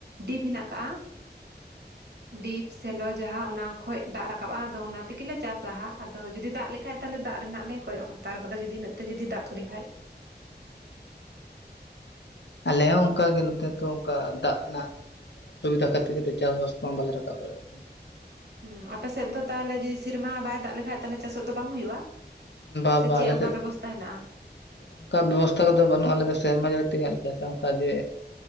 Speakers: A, on the right; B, on the left.
A: ᱰᱤᱯ ᱦᱮᱱᱟᱜ ᱟᱠᱟᱜᱼᱟ ᱰᱤᱯ ᱥᱮᱞᱚ ᱡᱟᱦᱟᱸ ᱚᱱᱟ ᱠᱷᱚᱡ ᱫᱟᱜ ᱨᱟᱠᱟᱵᱼᱟ ᱟᱫᱚ ᱚᱱᱟ ᱛᱮᱜᱮ ᱪᱟᱥᱟ ᱦᱟᱜ ᱟᱫᱚ ᱡᱩᱫᱤ ᱫᱟᱜ ᱞᱮᱠᱷᱟᱡ ᱛᱟᱦᱚᱞᱮ ᱫᱟᱜ ᱨᱮᱱᱟᱜ ᱞᱮ ᱠᱚᱭᱚᱜᱼᱟ᱾ ᱛᱟᱨᱠᱚᱛᱮ ᱡᱩᱫᱤ ᱱᱥᱜ ᱛᱮ ᱡᱩᱫᱤ ᱫᱟᱜ ᱞᱮᱠᱷᱟᱱ
B: ᱟᱞᱮ ᱦᱚᱸ ᱚᱱᱠᱟᱜᱮ ᱱᱚᱛᱮ ᱛᱚ ᱚᱱᱠᱟ ᱫᱟᱜ ᱨᱮᱱᱟᱜ ᱥᱩᱵᱤᱫᱟ ᱠᱷᱟᱹᱛᱤᱨ ᱜᱮᱚ ᱪᱟᱥᱵᱟᱥ ᱠᱚᱢᱟ ᱵᱟᱞᱮ ᱨᱟᱠᱟᱵ ᱫᱟᱲᱮᱭᱟᱜᱼᱟ
A: ᱦᱩᱸ ᱟᱯᱮᱥᱮᱫ ᱫᱚ ᱛᱟᱦᱚᱞᱮ ᱡᱚᱫᱤ ᱥᱮᱨᱢᱟ ᱵᱟᱭ ᱫᱟᱜ ᱞᱮᱠᱷᱟᱡ ᱛᱟᱦᱚᱞᱮ ᱪᱟᱥᱚᱜ ᱫᱚ ᱵᱟᱝ ᱦᱩᱭᱩᱜᱼᱟ
B: ᱫᱟᱜ
A: ᱥᱮ
B: ᱫᱚ
A: ᱪᱮᱫ
B: ᱟᱞᱮᱥᱮᱫ
A: ᱚᱱᱠᱟ ᱵᱮᱵᱚᱥᱛᱟ ᱦᱮᱱᱟᱜᱼᱟ
B: ᱚᱱᱠᱟ ᱵᱮᱵᱚᱥᱛᱷᱟ ᱠᱚᱫᱚ ᱵᱟᱹᱱᱩᱜ ᱟᱞᱮ ᱫᱚ ᱥᱮᱨᱢᱟ ᱡᱟᱹᱲᱤ ᱛᱮᱜᱮ <unintelligible> ᱞᱮᱞᱤ ᱪᱟᱥᱟ ᱚᱱᱠᱟ ᱡᱮ